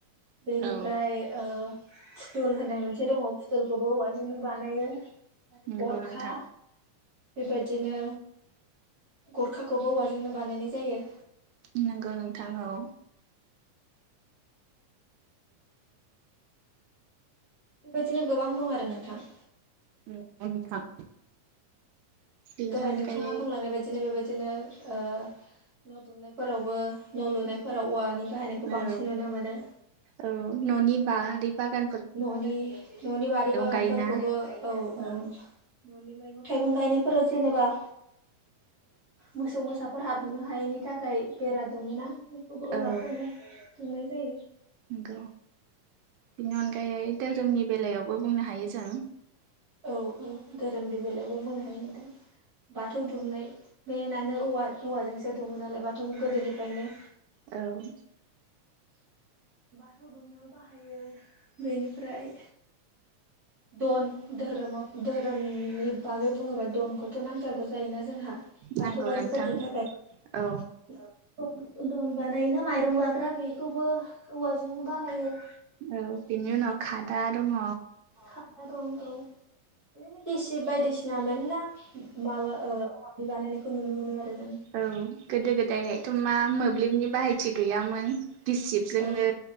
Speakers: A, on the right; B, on the right.
A: बेनिफ्राय
B: औ
A: ओ। फुथुल होननाय मोनसे दङ फुथुलखौबो औवाजोंनो बानायो।
B: नंगौ
A: गरखा
B: नोंथां
A: बेबायदिनो औवाजोंनो बानायनाय जायो।
B: नंगौ नोंथां औ
A: बेबायदिनो गोबां दं आरो नोंथां।
B: ओम नंगौ नोंथां बेनि
A: दहाय
B: अनगायै
A: बुंलांनाय बादिनो बे बायदिनो ओ न' दुमनायफोरावबो न' लुनायफोराव औवानि बाहायनायखौ
B: औ
A: बांसिन नुनो मोनो।
B: औ न'नि बारि बागा
A: न'नि न'नि बारि बागानफोरखौबो
B: गायोना
A: औ-औ
B: औ
A: न'नि मैगं थाइगं गायनायफोराव जेनेबा मोसौ मोसाफोर हाबनो हायैनि थाखाय बेरा दंङ ना? बेखौबो औवाखौनो
B: औ
A: दुमनाय जायो।
B: नोंगौ। बेनि अनगायै धोरोमनि बेलायावबो बुंनो हायो जों।
A: औ औ धोरोमनि बेलायावबो बुंनो हायो मेदाम। बाथौ दुमनाय मेनानो औवा औवाजोंसो दुमो नालाय बाथौखौ गोदोनिफ्रायनो।
B: औ
A: बाथौ दुमनायाव बाहायो बेनिफ्राय दन धोरोमाव धोरोमनि बागै बुङोबा दनखौथ' नांथारगौ जा जायोना जोंहा बाथौआरिफोरनि
B: नांगौ नोंथां
A: थाखाय
B: औ
A: धन बानायोना माइरं लाग्रा बेखौबो औवाजोंनो बानायो।
B: औ बिनि उनाव खादा दङ'।
A: खादा दं औ बिदिनो गिसिब बायदिसिना मेरला माबा ओ औवा बानायनायखौ नुनो मोनो आरो जों।
B: औ गोदो गोदायहायथ' मा मोब्लिबनि बाहायथि गैयामोन बिसिब जोंनो
A: औ